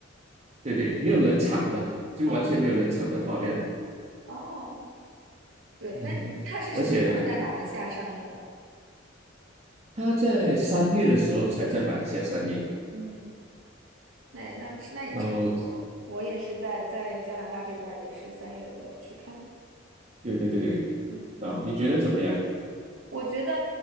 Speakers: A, on the right; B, on the right.
A: 对对，没有冷场吧？就完全没有冷场的画面，
B: 哦，没有了。哦，对，
A: 嗯，
B: 那你他是什么时候在马来西亚上映的？
A: 而且它在三月的时候才在马来西亚上映。
B: 嗯，那那那也差不多。
A: 然后
B: 我也是在在加拿大这边，也是三月多去看的。
A: 对对对，
B: 嗯，
A: 然后你觉得怎么样？
B: 我觉得，